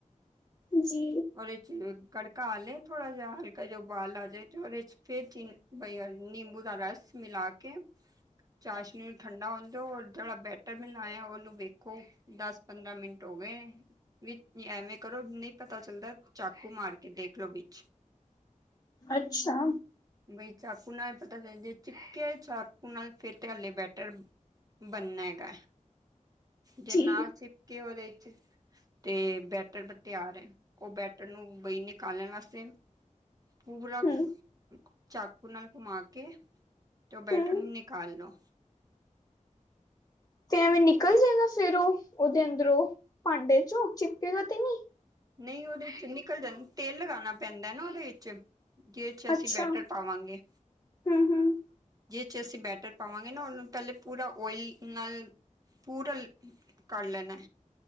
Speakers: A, on the left; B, on the right.
A: ਜੀ
B: ਉਹਦੇ ਚ ਕੜਕਾ ਆ ਲਏ ਥੋੜਾ ਜਿਹਾ ਹਲਕਾ ਜਹਾ ਉਬਾਲ ਆ ਜਾਏ ਤੇ ਉਹਦੇ ਚ ਫਿਰ ਚੀ ਨਿੰਮਬੂ ਦਾ ਰਸ ਮਿਲਾ ਕੇ। ਚਾਹਸ਼ ਨੂੰ ਠੰਡਾ ਹੋਣ ਦਿਓ ਜਿਹੜਾ ਬੈਟਰ ਮਨਾਇਆ ਉਹਨੂੰ ਵੇਖੋ। ਦਸ ਪੰਦਰਾਂ ਮਿੰਟ ਹੋ ਗਏ ਨੇ ਵੀ ਐਵੇਂ ਕਰੋ ਨਹੀਂ ਪਤਾ ਪਤਾ ਚਲਦਾ ਚਾਕੂ ਮਾਰ ਕੇ ਦੇਖਲੋ ਵਿੱਚ
A: ਅੱਛਾ।
B: ਬਈ ਚਾਕੂ ਨਾਲ ਪਤਾ ਚੱਲ ਜੇ ਚਿੱੱਕਿਆ ਚਾਕੂ ਨਾਲ ਫਿਰ ਤੇ ਹਾਲੇ ਬੈਟਰ ਬਣਨਾ ਹੈਗਾ ਜੇ
A: ਜੀ
B: ਨਾ ਚਿਪ ਕੇ ਉਹਦੇ ਚ ਤੇ ਬੈਟਰ ਬ ਤਿਆਰ ਹੈ ਉਹ ਬੈਟਰ ਨੂੰ ਬਈ ਨਿਕਾਲਣ ਵਾਸਤੇ ਪੁੱਲ ਲਬ
A: ਹਮ
B: ਚਾਕੂ ਨਾਲ ਘੁਮਾ ਕੇ ਤੇ ਉਹ ਬੈਟਰ
A: ਹਮ
B: ਨੂੰ ਨਿਕਾਲ ਲੋ।
A: ਤੇ ਐਵੇਂ ਨਿਕਲ ਜਾਏਗਾ ਫਿਰ ਉਹ ਉਹਦੇ ਅੰਦਰੋਂ ਭਾਂਡੇ ਚੋਂ ਚਿਪਕੇਗਾ ਤੇ ਨਹੀਂ
B: ਨਹੀਂ ਉਹਦੇ ਚ ਨਿਕਲ ਜਾਂਦਾ ਤੇਲ ਲਗਾਉਣਾ ਪੈਂਦਾ ਨਾ ਉਹਦੇ ਚ ਜਿਸ ਚ ਅਸੀਂ
A: ਅੱਛਾ
B: ਬੈਟਰ ਪਾਵਾਂਗੇ।
A: ਹਮ ਹਮ
B: ਜਿਸ ' ਅਸੀਂ ਬੈਟਰ ਪਾਵਾਂਗੇ ਨਾ ਉਹਨੂੰ ਪਹਿਲੇ ਪੂਰਾ ਓਇਲ ਨਾਲ ਪੂਰਾ ਕਰ ਲੈਣਾ